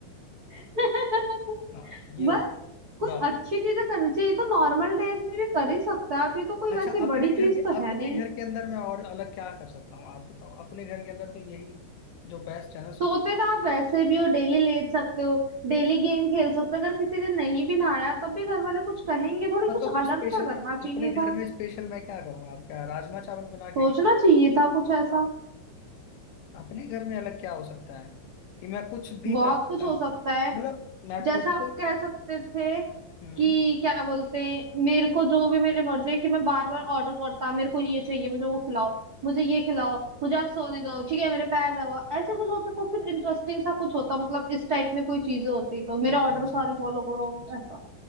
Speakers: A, on the right (about 70°); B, on the left (about 85°).
A: <laughs>
B: हाँ ये
A: बस
B: हो
A: कोई
B: बस।
A: अच्छी चीजें करनी चाहिए ये तो नॉर्मल डेज में भी कर ही सकते हो आप ये तो कोई
B: अच्छा
A: वैसी
B: अपने
A: बड़ी
B: घर
A: चीज
B: के
A: तो
B: अपने
A: है नहीं
B: घर के अंदर मैं और अलग क्या कर सकता हूँ आप बताओ अपने घर के अंदर तो यही जो बेस्ट है ना सो
A: सोते तो आप वैसे भी हो डेली लेट सकते हो डेली गेम खेल सकते हो अगर किसी दिन नहीं भी नहाया तब भी घर वाले कुछ कहेंगे थोड़ी
B: हाँ
A: कुछ
B: तो फिर
A: अलग
B: स्पेशल
A: सा करना चाहिए
B: अपने घर
A: था
B: में स्पेशल मैं क्या करूँगा आपका राजमा चावल बना
A: सोचना
B: के
A: चाहिए था कुछ ऐसा
B: अपने घर में अलग क्या हो सकता है कि मैं कुछ भी
A: बहुत
B: कर सकता
A: कुछ हो
B: हूँ
A: सकता है
B: मतलब मैं
A: जैसा
B: खुद
A: आप
B: से
A: कह सकते थे
B: हम्म
A: कि क्या बोलते हैं मेरे को जो भी मेरी मर्जी है कि मैं बार बार ऑर्डर करता मेरे को ये चाहिए मुझे वो खिलाओ मुझे ये खिलाओ मुझे आज सोने दो ठीक है मेरे पैर दबाओ ऐसे कुछ होता तो फिर इंटरेस्टिंग सा कुछ होता मतलब इस टाइप में कोई चीजें होती तो मेरे
B: अच्छा
A: ऑर्डर
B: अच्छा
A: सारे
B: अच्छा
A: फॉलो
B: अच्छा
A: करो
B: अच्छा
A: ऐसा